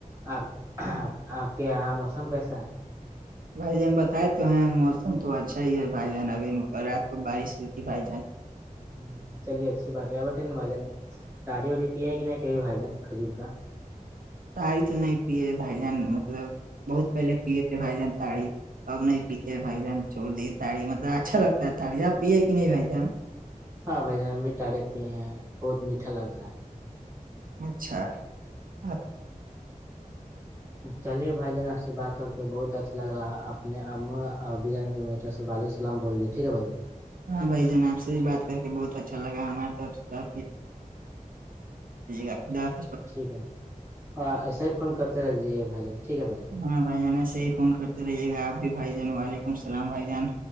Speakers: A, on the right; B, on the right.
A: آپ آپ کے یہاں موسم کیسا ہے
B: بھائی جان بتائے تو ہیں موسم تو اچھا ہی ہے بھائی جان ابھی
A: ہاں
B: رات کو بارش ہوئی تھی بھائی جان
A: ہ چلیے اچھی بات ہے اور ب ب جان تاڑی وڑی پیا ہے کی نہیں چئی بھائی جان کھجور کا
B: تڑی تو نہیں پیے تھ بھائی جان مطلب بہت پہلے پیے تھے بھائی جان تڑی اب نہیں پیتے ہیں بھائی جان چھوڑ دیے تاڑی مطلب اچھا لگتا ہے تاریی اب پیے کہ نہیں بھائی جان
A: ہاں بھائی جان بھی ٹارے پی ہیں بہت میٹا لگتا ہے
B: اچھا آپ
A: چلیے بھائی جان آپ سے بات کر کے بہت اچھا لگ رہ اپنے آ اور بریانیٹر سے والالک السام بولے ٹھ ہے بھائیان
B: ہاں بھائی جان آپ سے بھی بات کر کے بہت اچھا لگا ہمارےیں اب <unintelligible>
A: ٹھیک ہے اور ایسا ہی فون کرتے رہجیے بھائی جان ٹھیک ہے بھائی جان
B: ہاں بھائی جان ایسے ہی فون کرتے رہیے گا آپ بھی بھائی جان وعلیکم السلام بھائی جان